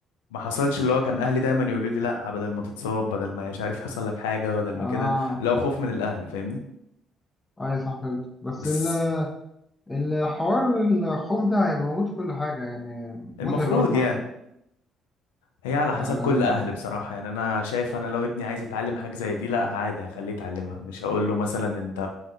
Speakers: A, on the left; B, on the left.
A: ما حصلش اللي هو كان اهلي دايما يقولوا لي لا بدل ما تتصاب بدل ما مش عارف يحصل لك حاجة بدل ما
B: اه
A: كده لو خوف من الاهل فاهمني
B: ايوه صح فهمت بس
A: بس
B: ال... الحوار الخوف ده هيبقى موجود في كل حاجه يعني
A: المفروض
B: متعب قوي الحوار
A: يعني
B: ده
A: هي على
B: يعني
A: حسب كل اهل بصراحه يعني انا شايف انا لو ابني عايز يتعلم حاجه زي دي لا عادي هخليه يتعلمها مش هقول له مثلا انت